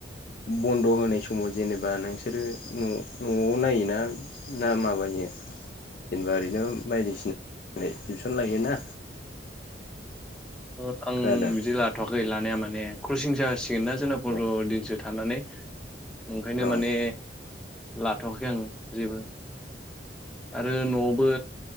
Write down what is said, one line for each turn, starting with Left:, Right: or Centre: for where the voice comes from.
Left: बन्द' होनाय समाव जेनेबा नोंसो सोरो न'आव नायोना ना माबायो? जेनेबा ओरैनो बायदिसिना टिउसन लायोना
Centre: <inaudible> आं
Left: खोनादों
Centre: बिदि लाथ'वाखै लानाया माने क्रसिं जासिगोन ना जोंना फन्द्र'
Left: औ
Centre: दिनसो थानानै ओंखायनो
Left: औ
Centre: माने लाथ'वाखै आङो जेबो आरो न'आवबो